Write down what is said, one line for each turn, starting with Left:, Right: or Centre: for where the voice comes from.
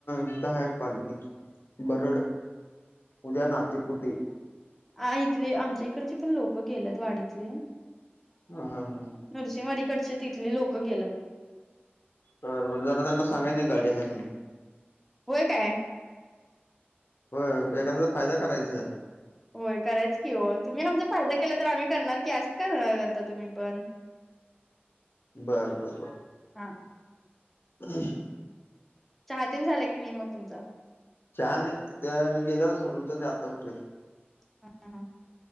Left: इथं आहे पालखी, बरड उद्या नातेपुते.
Centre: आ इथले आमच्या इकडचे पण लोक गेलेत वाडीतले.
Left: हं हं हं.
Centre: नरसिंह वाडीकडचे तिथले लोक गेलत.
Left: बर जरा त्यांना सांगाय ना, गाडी आहे म्हणून.
Centre: व्हय काय?
Left: व्हय एखादयाचा फायदा करायचा.
Centre: व्हय करायच की हो, तुम्ही आमचा फायदा केला तर आम्ही करणार की, अस काय करता तुम्ही पण.
Left: बर बर बर.
Centre: हा.
Left: ह <unintelligible>
Centre: चहा तीन झालंय की मी मग तुमचा?
Left: चहा नई, त्या गेल्यावरच झोपलतो ते आत्ता उठलोय.
Centre: हम्म हं.